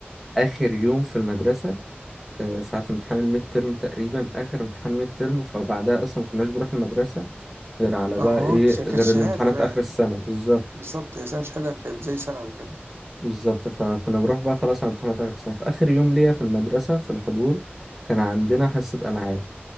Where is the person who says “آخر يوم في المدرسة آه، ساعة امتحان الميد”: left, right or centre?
Centre